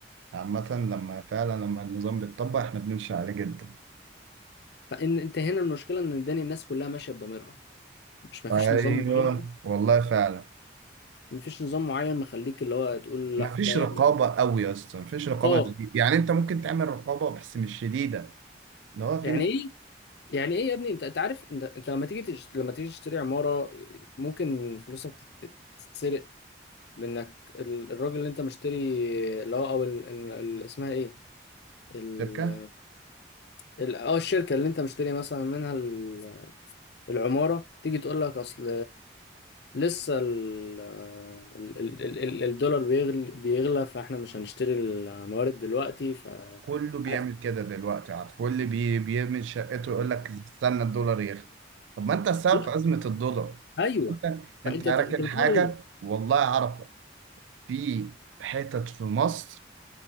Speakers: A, on the right; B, on the left.
A: عامة لما فعلا لما النظام بيتطبق احنا بنمشي عليه جدا
B: فان انت هنا المشكله ان الدنيا الناس كلها ماشيه بضميرها مش مفيش
A: ايوه
B: نظام معين
A: والله فعلا
B: مفيش نظام معين مخليك اللي هو تقول
A: ما
B: لا
A: فيش
B: ده يعني
A: رقابه قوي يا اسطى ما فيش رقابه
B: اه
A: دي. يعني انت ممكن تعمل رقابه بس مش شديده اللي هو في
B: يعني
A: ناس
B: ايه يعني ايه يا ابني انت انت عارف انت, انت لما تيجي تش... لما تيجي تشتري عماره ممكن فلوسك تت... تتسرق بانك ال- الراجل اللي انت مشتري اللي هو او ال... ال... ال... اسمها ايه ال...
A: شركه
B: ال... اه الشركه اللي انت مشتري مثلا منها ال... العماره تيجي تقول لك اصل لسه ال ال ال ال ال- الدولار بيغلى بيغلى فاحنا مش هنشتري الموارد دلوقتي ف
A: كله بيعمل
B: عايز-
A: كده دلوقتي عارف واللي بي بيعمل شقته يقول لك استنى الدولار يغلى طب ما انت السبب
B: لا
A: في ازمه الدولار
B: ايوه
A: انت
B: فانت
A: انت راكن
B: ت- انت بتقول
A: حاجه
B: ايه؟
A: والله عارفه في حتت في مصر